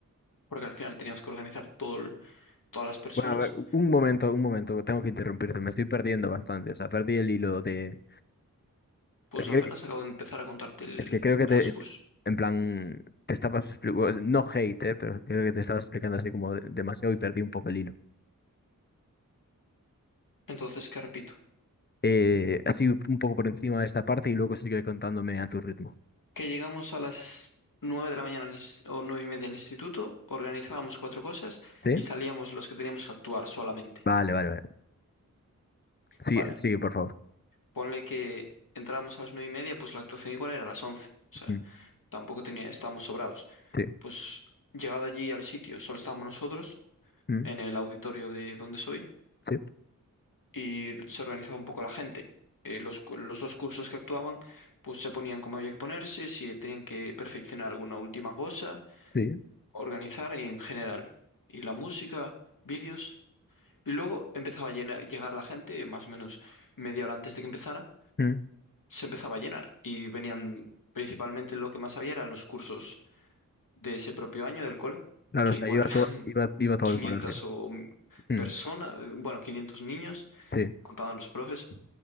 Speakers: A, on the left; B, on the left.
A: porque al final teníamos que organizar todo, el- todas las personas,
B: Bueno, a ver, u- un momento, un momento, tengo que interrumpirte, me estoy perdiendo bastante, o sea, perdí el hilo de...
A: pues
B: Es que,
A: apenas
B: creo que
A: acabo de empezar a contarte el
B: es que creo que
A: transcurso.
B: te, en plan, te estabas explicando, no hate, eh, pero creo que te estabas explicando así como de- demasiado y perdí un poco el hilo.
A: Entonces, que repito,
B: Eh, así un poco por encima de esta parte y luego sigue contándome a tu ritmo.
A: que llegamos a las nueve de la mañana al ins- o nueve y media al instituto, organizábamos cuatro cosas
B: ¿Sí?
A: y salíamos los que teníamos que actuar solamente.
B: Vale, vale, vale. Sigue,
A: Vale,
B: sigue, por favor.
A: ponle que entrábamos a las nueve y media, pues la actuación igual era a las once.
B: Mm,
A: tampoco tenía, estábamos sobrados.
B: Sí.
A: Pues llegado allí al sitio, solo estábamos nosotros
B: Mm,
A: en el auditorio de donde soy
B: Sí.
A: y se organizaba un poco la gente. Eh, los, cu- los dos cursos que actuaban, pues se ponían como había que ponerse, si tenían que perfeccionar alguna última cosa,
B: Sí.
A: organizar en general. Y la música, vídeos. Y luego empezaba a llena- llegar la gente, más o menos media hora antes de que empezara,
B: Mm.
A: se empezaba a llenar. Y venían principalmente lo que más había eran los cursos de ese propio año del cole,
B: Claro,
A: que
B: o sea,
A: igual
B: iba
A: eran
B: todo, iba,
A: <laughs>
B: iba todo
A: 500
B: el colegio.
A: o mm,
B: Mm,
A: personas, eh, bueno, 500 niños,
B: Sí.
A: contaban los profes.